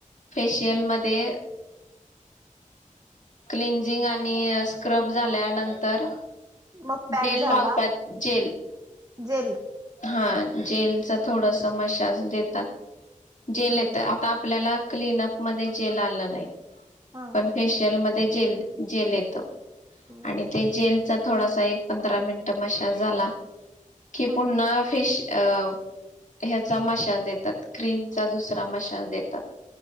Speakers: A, on the left; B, on the right.
A: फेशियलमध्ये क्लिनझिंग आणि स्क्रब झाल्यानंतर
B: मग पॅक
A: जेल
B: झाला
A: लावतात जेल
B: जेल
A: हा जेलचा थोडस मशाज देतात जेल
B: हम्म
A: येत आता आपल्याला क्लिनप मध्ये जेल आलं नाही
B: हा
A: पण फेशियल मध्ये जेल जेल येत
B: बर
A: आणि ते जेल थोडासा एक पंधरा मिनटं मशाज झाला की
B: हा
A: पुन्हा फेश अ ह्याचा मशाज देतात, क्रीमचा दुसरा मशाज देतात